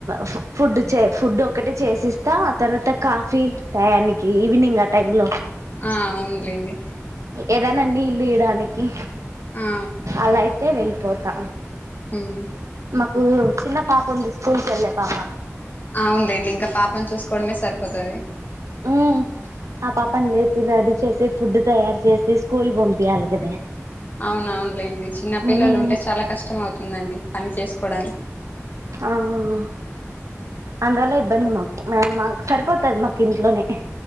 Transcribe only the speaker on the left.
ఆ అవున్లేండి
ఆ
ఉమ్
అవున్లెండి ఇంకా పాపన్ చూస్కోడమే సర్పోతది
అవును అవునులేండి చిన్నపిల్లలు
ఉంటే చాలా కష్టం అవుతుందండి పని చేసుకోవడానికి